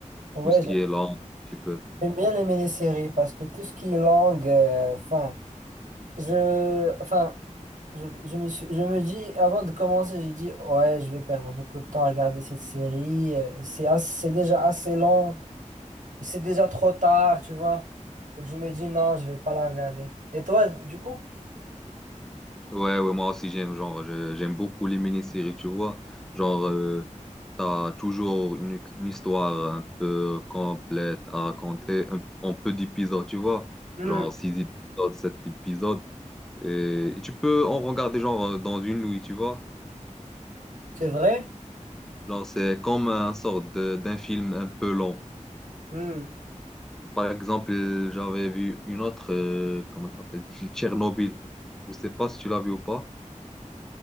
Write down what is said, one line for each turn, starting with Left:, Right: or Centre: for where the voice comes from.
Right: Ouais,
Centre: tout ce qui
Right: j'ai-
Centre: est long un petit peu.
Right: j'aime bien les mini-séries parce que tout ce qui est langue, euh, enfin, je, enfin, je, je me suis- je me dis, avant de commencer, j'ai dit, ouais, je vais perdre beaucoup de temps à regarder cette série. euh, C'est ass- c'est déjà assez long, et c'est déjà trop tard, tu vois. Donc, je me dis, non, je vais pas la regarder. Et toi, du coup?
Centre: Ouais, ouais, moi aussi j'aime, genre, je- j'aime beaucoup les mini-séries, tu vois. Genre, euh, t'as toujours une, une histoire un peu complète à raconter, un- en peu d'épisodes, tu vois.
Right: Hmm,
Centre: Genre, six épisodes, sept épisodes. Et, et tu peux en regarder genre euh, dans une nuit, tu vois.
Right: C'est vrai?
Centre: Genre, c'est comme un sort de- d'un film un peu long.
Right: Hmm.
Centre: Par exemple, euh, j'avais vu une autre, euh, comment ça s'appelle? Tchernobyl. Je sais pas si tu l'as vu ou pas.